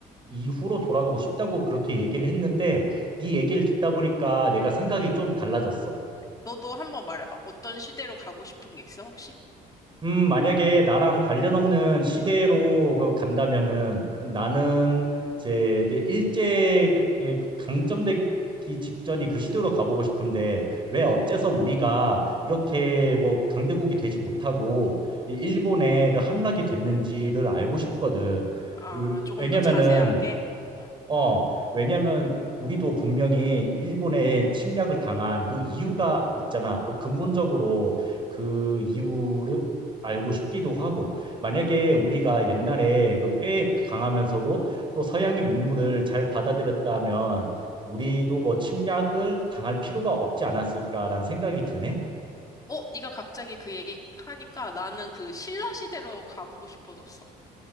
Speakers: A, on the right (about 30°); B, on the left (about 20°).
A: 이후로 돌아가고 싶다고 그렇게 얘기를 했는데, 네 얘기를 듣다 보니까 내가 생각이 좀 달라졌어.
B: 너도 한번 말해봐. 어떤 시대로 가고 싶은 게 있어, 혹시?
A: 음, 만약에 나랑 관련 없는 시대로 그 간다면은 나는 이제 일제의 그- 예, 그 강점되기 직전이 그 시대로 가보고 싶은데 왜 어째서 우리가 이렇게 뭐 강대국이 되지 못하고 일본에 그 함락이 됐는지를 알고 싶거든.
B: 아,
A: 으,
B: 조금
A: 왜냐면은
B: 더 자세하게? 어, 어.
A: 어, 왜냐면 우리도 분명히 일본에 침략을 당한 그 이유가 있잖아. 또 근본적으로 그 이유를 알고 싶기도 하고, 만약에 우리가 옛날에 그 꽤 강하면서도 또 서양의 문물을 잘 받아들였다면 우리도 뭐 침략을 당할 필요가 없지 않았을까라는 생각이 드네.
B: 어, 네가 갑자기 그 얘기 하니까 나는 그 신라 시대로 가보고 싶어졌어.